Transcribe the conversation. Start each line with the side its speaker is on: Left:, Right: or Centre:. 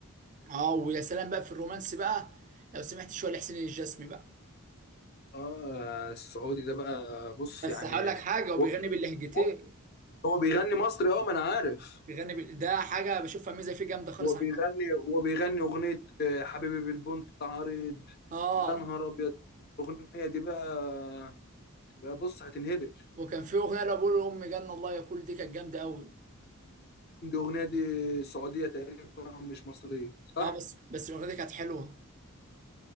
Right: اه ويا سلام بقى في الرومانس بقى لو سمعت شويه لحسين الجسمي بقى
Left: اه السعودي ده بقى بص
Right: بس
Left: يعني
Right: هقول لك حاجه هو بيغني
Left: هو
Right: باللهجتين
Left: هو- هو بيغني مصري اه ما انا عارف
Right: بيغني بال... ده حاجه بشوفها ميزه فيه جامده خالص
Left: هو بيغني
Right: على فكره
Left: هو بيغني اغنيه آه، حبيبي بالبنت العريض
Right: اه
Left: يا نهار ابيض الاغنيه دي بقى يبقى بص هتنهبل
Right: وكان في اغنيه اللي بقول لامي جنه الله يا كل دي كانت جامده قوي
Left: دي اغنيه دي سعوديه تقريبا مش مصريه صح
Right: اه بس بس الاغنيه دي كانت حلوه